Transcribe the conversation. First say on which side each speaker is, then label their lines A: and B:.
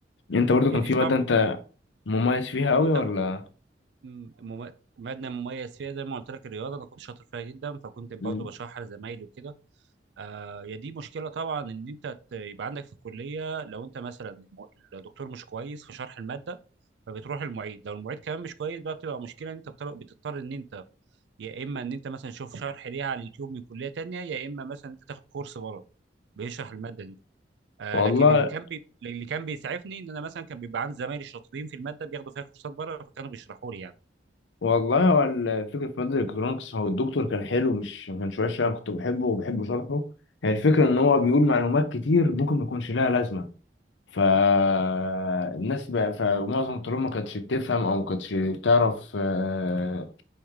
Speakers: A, on the left; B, on the right.
A: أنت برضو
B: هي
A: كان
B: دي
A: في
B: طبعا
A: مادة أنت مميز فيها أوي
B: دي طبعا
A: ولا
B: م- مم- ماده مميز فيها زي ما قلت لك الرياضه انا كنت شاطر فيها جدا فكنت برضه
A: مم.
B: بشرحها لزمايلي وكده آه هي دي مشكله طبعا ان انت ت- يبقى عندك في الكليه لو انت مثلا الم- الدكتور مش كويس في شرح الماده فبتروح المعيد لو المعيد كمان مش كويس بقى بتبقى مشكله ان انت بتضطر بتضطر ان انت يا اما ان انت مثلا تشوف شرح ليها على اليوتيوب من كليه تانية يا اما مثلا انت تاخد كورس بره بيشرح الماده دي آه
A: والله
B: لكن اللي كان بي... اللي كان بيسعفني ان انا مثلا كان بيبقى عندي زمايلي شاطرين في الماده بياخدوا فيها كورسات بره فكانوا بيشرحوا لي يعني
A: والله هو الفكرة في مادة الإلكترونيكس هو الدكتور كان حلو مش ما كانش وحش أنا كنت بحبه وبحب شرحه هي الفكرة إن هو بيقول معلومات كتير ممكن ما يكونش لها لازمة فالناس بقى فمعظم الطلاب ما كانتش بتفهم او ما كانتش بتعرف آه،